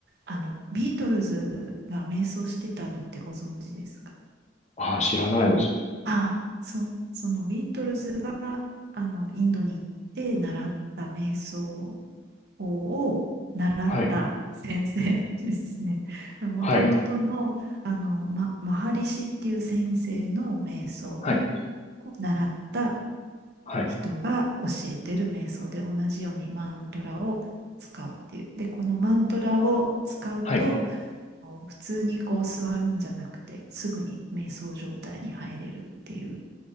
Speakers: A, on the right (about 55°); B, on the left (about 35°).
A: あのビートルズが瞑想してたのってご存知ですか
B: ああ、知らないです。
A: あそうそのビートルズがあのインドに行って習った瞑想法を習った先生ですね。
B: はい。
A: <laughs> もともとのあの、
B: はい。
A: ま、マハリシっていう先生の瞑想を
B: はい。
A: 習った
B: はい。
A: 人が教えてる瞑想で同じようにマントラを使うっていう。で、このマントラを使うと、
B: はい。
A: 普通にこう座るんじゃなくて、すぐに瞑想状態に入れるっていう